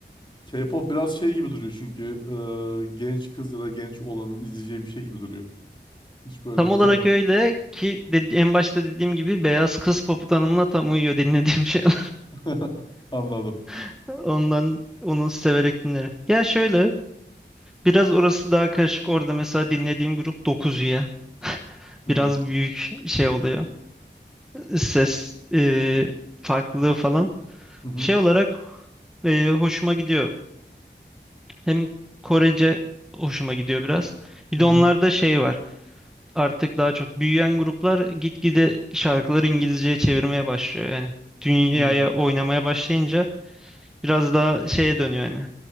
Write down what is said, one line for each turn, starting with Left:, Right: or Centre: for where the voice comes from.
Left: K-pop biraz şey gibi duruyor çünkü e, genç kız ya da genç olanın izleyeceği bir şey gibi duruyor.
Centre: <laughs>
Left: Hiç böyle
Centre: tam olarak
Left: ken
Centre: öyle ki dedi- en başta dediğim gibi beyaz kız popu tanımına tam uyuyor dinlediğim şeyler.
Left: <laughs> anladım.
Centre: <laughs> Ondan onu severek dinlerim. Ya şöyle biraz orası daha karışık. Orada mesela dinlediğim grup 9 üye.
Left: Hmm,
Centre: Biraz büyük şey oluyor. Ses e, farklılığı falan.
Left: Hı hı.
Centre: Şey olarak e, hoşuma gidiyor. Hem Korece hoşuma gidiyor biraz. Bir
Left: Hı hı.
Centre: de onlarda şey var. artık daha çok büyüyen gruplar gitgide şarkıları İngilizceye çevirmeye başlıyor yani. Dünyaya
Left: Hı
Centre: oynamaya başlayınca biraz daha şeye dönüyor yani.